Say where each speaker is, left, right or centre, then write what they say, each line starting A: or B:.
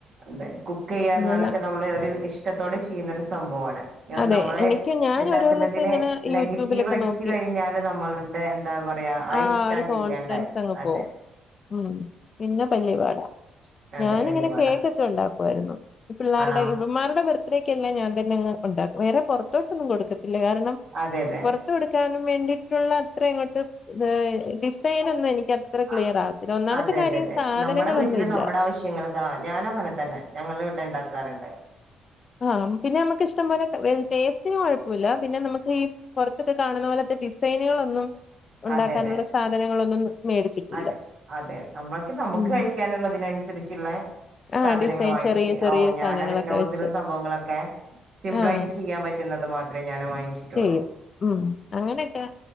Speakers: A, on the right; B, on the left.
A: അതെ കുക്ക് ചെയ്യാറാലൊക്കെ
B: അങ്ങനെ
A: നമ്മള് ഒരു ഇഷ്ടത്തോടെ ചെയ്യുന്നൊ ഒരു സംഭവമാണ്
B: അതെ
A: നമ്മളെ
B: എനിക്ക് ഞാൻ
A: ഉണ്ടാക്കുന്നതിന്
B: ഓരോന്നൊക്കെ ഇങ്ങനെ യൂട്യൂബിലൊക്കെ
A: നെഗറ്റീവ് അടിച്ചു
B: നോക്കി
A: കഴിഞ്ഞാല് നമ്മൾ എന്താ പറയാ അ
B: ആ
A: ഇഷ്ടണ്ടില്ലാണ്ടായി
B: ഒരു കോൺഫിഡൻസ് അങ്ങ്
A: അതെ
B: പോവും ഉം പിന്നെ പല്ലിപാടാ
A: അതെ
B: ഞാനിങ്ങനെ
A: വല്യ പടാ
B: കേക്കൊക്കെ ഉണ്ടാക്കുവായിരുന്നു പിള്ളേരുടെ
A: ആണോ
B: ഇമാരുടെ ബെർ ത്തഡേക്ക് ഞാൻ തന്നെങ്ങ് ഉണ്ടക്കും വേറെ പുറത്തോട്ടൊന്നും കൊടുക്കത്തില്ല കാരണം
A: അതെ അതെ
B: പൊർ ർത്ത്കൊടുക്കാനും വേണ്ടിയിട്ടുള്ള അത്ര അങ്ങോട്ട് ഡിസൈന് ഒന്നും എനിക്ക് ക്ലിയർ
A: ആ
B: ആവത്തില്ല ഒന്നാമത്തെ
A: അതെ
B: കാര്യം
A: അതെ അതെ
B: സാധനങ്ങളൊന്നും
A: നമ്മടെ വീട്ടില്
B: ഇല്ല
A: നമ്മടെ ആവശ്യങ്ങൾക്ക ഞാനും അങ്ങനെ തന്നെ ഞങ്ങൾടെ വീട്ടില്ണ്ടാക്കാറ്ണ്ട്.
B: ആ പിന്നെ നമക്ക് ഇഷ്ടംപോലെ ടേസ്റ്റിന് കൊഴപോല്ല പിന്നെ നമുക്ക് ഈ പൊർത്ത്ന്നൊക്കെ കാണുന്ന പോലത്തെ ഡിസൈനുകളൊന്നും ഉണ്ടാക്കാനുള്ള
A: അതെ അതെ
B: സാധനങ്ങളൊന്നും മേടിച്ചിട്ടില്ല
A: അതെ അതെ നമ്മക്ക് നമുക്ക്
B: ഉം
A: കഴിക്കാനുള്ളതിനനുസരിച്ച്ള്ളെ
B: ആഹ്
A: സാധനങ്ങള്
B: ഡിസൈൻ
A: വാങ്ങിക്കി
B: ചെറിയ ചെറിയ
A: ഓ
B: സാധനങ്ങളൊക്കെ
A: ഞാന് നോൽദും
B: വെച്ച്
A: സംഭവങ്ങളൊക്കെ സിമ്പിളായിട്ട്
B: ആഹ്
A: ചെയ്യാൻ പറ്റുന്നത് മാത്രേ ഞാന് വാങ്ങിച്ചിട്ടൊള്ളൂ.
B: ചെയ്യും ഉം അങ്ങനൊക്കെ